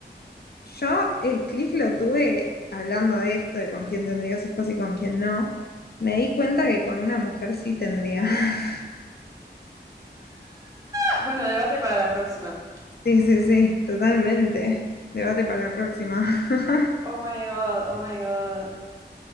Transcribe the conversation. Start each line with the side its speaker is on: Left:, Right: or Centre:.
Left: Yo el clic lo tuve hablando de esto, de con quién tendrías hijos y con quién no. Me di cuenta que con una mujer sí tendría. <laughs>
Right: Ah, bueno, debate para la próxima.
Left: Sí, sí, sí, totalmente. Debate para la próxima. <laughs>
Right: Oh my god, oh my god.